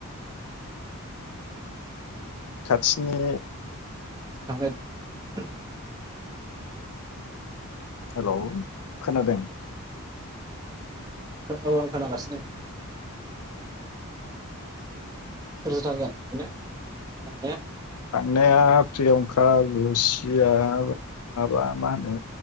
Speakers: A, on the right; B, on the left.
A: अ
B: खाथिनि
A: सोर सोर थांबाय आरोदों
B: हेल' खोनादों
A: औ औ आं खोनागासिनो सोरजथा बिनो आ <inaudible>
B: थांनाया प्रियंका लुसिया माबा मा होनो